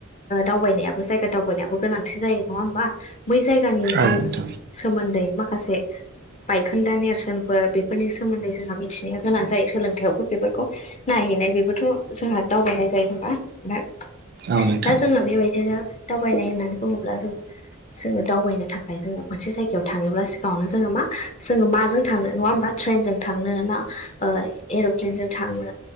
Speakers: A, on the left; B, on the right.
A: दावबायनायाबो जायगा दावबायनायाबो गोनांथि जायो नङा होमबा बै जायगानि
B: औ
A: ओ
B: नोंथां
A: सोमोन्दै माखासे बायखोन्दा नेरसोनफोर बेफोरनि सोमोन्दै जोंहा मिथिनाया गोनां जायो सोलोंथायावबो बेफोरखौ नायहैनाय बेबोथ' जोंहा दावबायनाय जायो होमबा दा
B: औ
A: दा
B: नोंथां
A: जोङो बेबायदिनो दावबायनाय होननानै बुङोब्ला जोङो जोङो दावबायनो थाखाय जोङो मोनसे जायगायाव थाङोब्ला सिगाङावनो जोङो मा जोङो माजों थांनो नङा होमबा ट्रेनजों थांनो ना एर'प्लेनजों थांनो